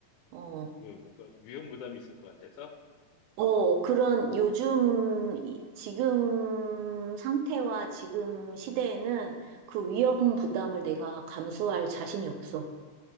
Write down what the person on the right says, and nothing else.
어,
어, 그런 요즘, 이- 지금 상태와 지금 시대에는 그 위험
부담을 내가 감수할 자신이 없어.